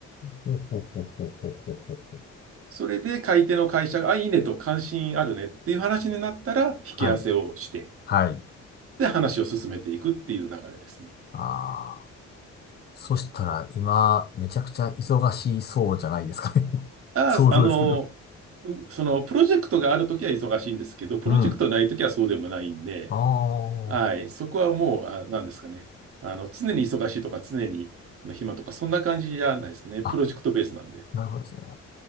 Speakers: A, on the left; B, on the right.
A: ほうほうほうほうほうほう
B: それで買い手の会社が、あ、いいねと関心あるねっていう話になったら、引き合わせをして、
A: はい。はい。
B: で、話を進めていくっていう流れですね。
A: ああ。そしたら、今、めちゃくちゃ忙しそうじゃないですかね <laughs>
B: ああ、
A: 想像ですけど。
B: あの、うその、プロジェクトがあるときは忙しいんですけど、プロジェクトないときはそうでもないんで、
A: うん。あ
B: はい、そこはもう、あ、なんですかね。あの、常に忙しいとか、常に暇とか、そんな感じじゃないですね。
A: あ。
B: プロジェクトベースなんで。
A: あ、なるほどですね。